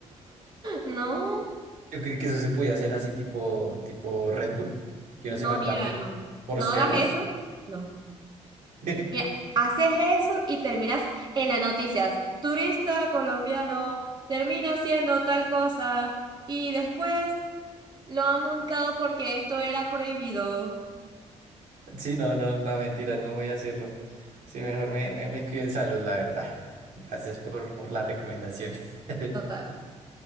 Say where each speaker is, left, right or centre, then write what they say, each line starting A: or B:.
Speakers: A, on the right (about 35°); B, on the right (about 85°).
A: <laughs> no,
B: Yo creí que eso se podía hacer así tipo, tipo Red Bull, que
A: no,
B: uno se manda
A: mira,
B: por,
A: no.
B: por
A: No
B: cerros.
A: hagas eso, no.
B: <laughs>
A: Mira, haces eso y terminas en las noticias. Turista colombiano termina haciendo tal cosa y después lo ha montado porque esto era prohibido.
B: Sí, no, no, no, mentiras, no voy a hacerlo. Sí, mejor me, me, me cuido en salud, la verdad. Gracias por, por la recomendación. <laughs>
A: Total.